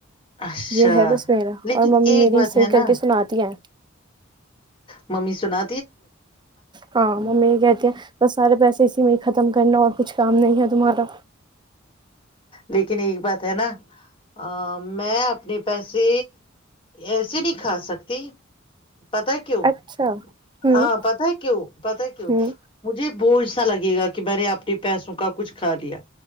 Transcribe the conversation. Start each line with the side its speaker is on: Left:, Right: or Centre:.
Left: اچھا
Right: یہ ہے بس میرا
Left: لیکن
Right: اور ممی
Left: ایک
Right: میری
Left: بات
Right: صحیح
Left: ہے
Right: کر
Left: نا
Right: کے سناتی ہیں
Left: ممی سنا <unintelligible>
Right: ہاں مم یہ کہتی ہیں ب سارے پیسے اسی میں ختم کرنا اور کچھ کام نہیں ہے تمہارا
Left: لیکن ایک بات ہے نا میں اپنے پیسے ایسے نہیں کھا سکتی پتا کیوں
Right: اچھا ہوں
Left: ہاں پتا کیوں پتا کیوں
Right: ہوں
Left: مجھے بوجھ اھا لگے گا کہ میں نے اپنے پیسوں کا کچھ کھا لیا